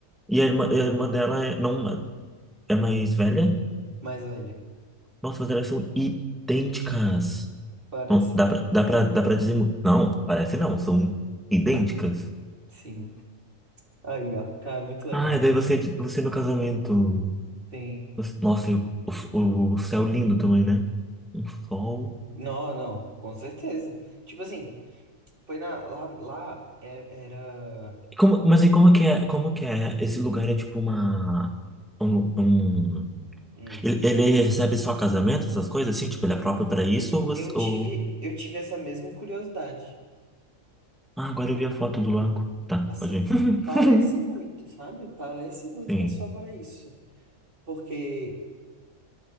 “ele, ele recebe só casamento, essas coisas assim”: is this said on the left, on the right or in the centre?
Centre